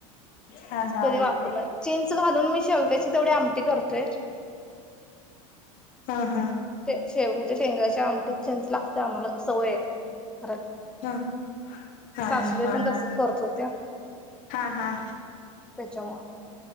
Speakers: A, on the left; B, in the centre.
A: हा हा
B: कधी
A: हा
B: वापरलाय चिंच घालून मी शेवग्याची तेवढी आमटी करतोय.
A: हा हा
B: शे शेवगच्या शेंगाच्या आमटीत चिंच लागत्या आम्हाला तर सवय हाय
A: हा हा
B: सासुबाई
A: हा
B: पण तसच
A: हा
B: करत होत्या.
A: हा हा
B: त्याच्यामुळं